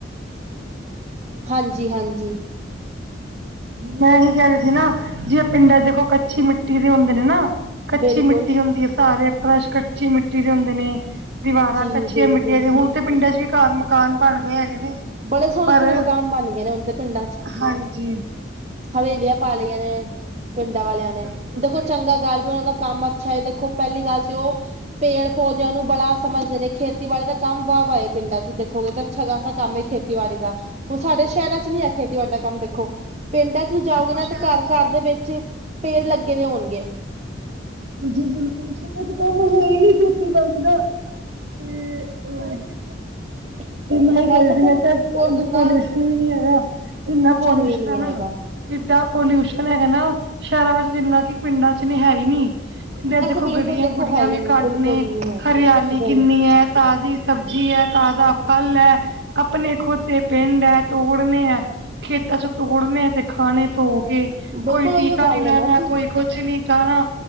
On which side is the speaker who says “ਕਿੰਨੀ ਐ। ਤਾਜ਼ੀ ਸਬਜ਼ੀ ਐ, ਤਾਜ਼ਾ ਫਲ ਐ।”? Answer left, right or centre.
Right